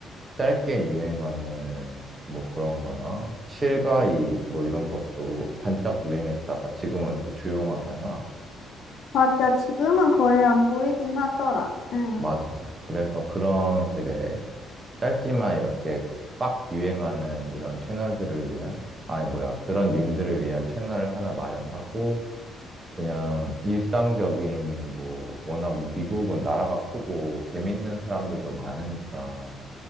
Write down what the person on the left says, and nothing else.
맞아, 지금은 거의 안 보이긴 하더라. 응,